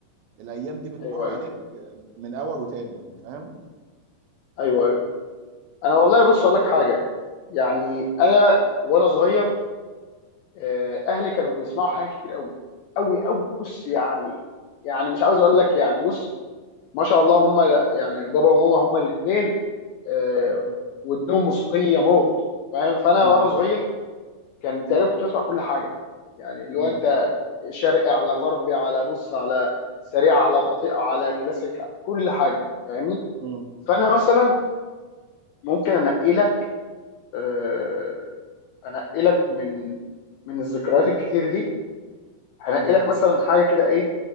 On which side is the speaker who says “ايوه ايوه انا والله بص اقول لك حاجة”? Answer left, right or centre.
Left